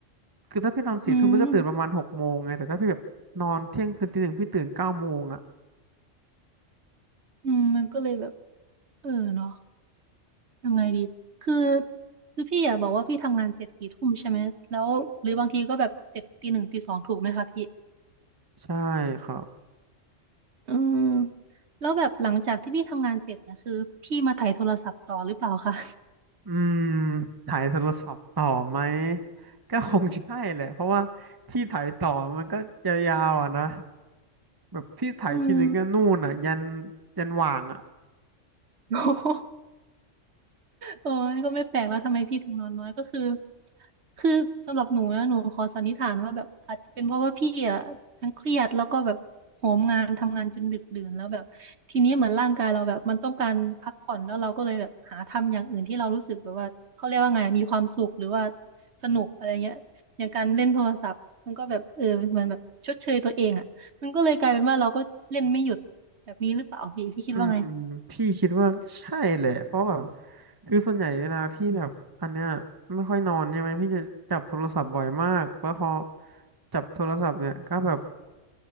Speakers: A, on the right; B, on the right.
A: คือถ้าพี่นอนสี่ทุ่มพี่ก็ตื่นประมาณหกโมงไงแต่ถ้าพี่แบบนอนเที่ยงคืนตีหนึ่งพี่ตื่นเก้าโมงอ่ะ
B: อืม อืมมันก็เลยแบบเออเนาะยังไงดีคือคือพี่อ่ะบอกว่าพี่ทำงานเสร็จสี่ทุ่มใช่ไหมแล้วหรือบางทีก็แบบเสร็จตีหนึ่งตีสองถูกไหมคะพี่
A: ใช่ครับ
B: อืมแล้วแบบหลังจากที่พี่ทำงานเสร็จเนี่ยคือพี่มาไถ่ายโทรศัพท์ต่อหรือเปล่าคะ
A: อืมถ่ายโทรศัพท์ต่อไหมก็คงใช่แหละเพราะว่าพี่ถ่ายต่อมันก็ยาวๆอ่ะนะแบบพี่ถ่ายทีนึงก็นู่นอ่ะยัน
B: อืม
A: ยันหว่างอ่ะ
B: <laughs> โอ้ยก็ไม่แปลกแล้วทำไมพี่ถึงนอนน้อยก็คือคือสำหรับหนูนะหนูขอสันนิษฐานว่าแบบอาจจะเป็นเพราะว่าพี่อ่ะทั้งเครียดแล้วก็แบบโหมงานทำงานจนดึกดื่นแล้วแบบทีนี้เหมือนร่างกายเราแบบมันต้องการพักผ่อนแล้วเราก็เลยแบบหาทำอย่างอื่นที่เรารู้สึกแบบว่าเขาเรียกว่าไงมีความสุขหรือว่าสนุกอะไรเงี้ยอย่างการเล่นโทรศัพท์มันก็แบบเออเหมือนแบบชดเชยตัวเองอ่ะมันก็เลยกลายเป็นว่าเราก็เล่นไม่หยุดแบบนี้หรือเปล่าพี่พี่คิดว่าไง
A: อืมพี่คิดว่าใช่แหละเพราะแบบคือส่วนใหญ่เวลาพี่แบบอันเนี้ยไม่ค่อยนอนใช่ไหมพี่จะจับโทรศัพท์บ่อยมากแล้วพอจับโทรศัพท์เนี่ยก็แบบ